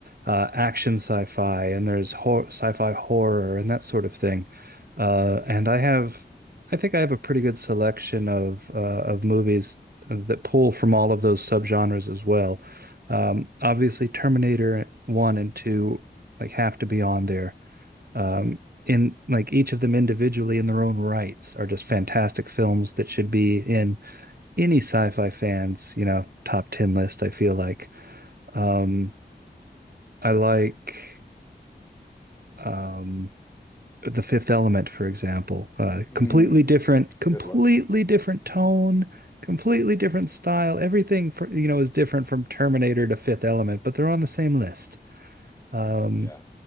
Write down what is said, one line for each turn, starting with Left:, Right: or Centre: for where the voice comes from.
Right: uh, action sci-fi and there's hor sci-fi horror and that sort of thing. Uh, and I have, I think I have a pretty good selection of uh, of movies that pull from all of those subgenres as well. Um, obviously, Terminator 1 and 2 like have to be on there um, in like each of them individually in their own rights are just fantastic films that should be in any sci-fi fans, you know, top 10 list, I feel like. Um, I like um, The Fifth Element, for example. Uh,
Left: Mm,
Right: completely different,
Left: it's
Right: completely
Left: a good one.
Right: different tone, completely different style. Everything for, you know, is different from Terminator to Fifth Element, but they're on the same list. Um,
Left: Yeah.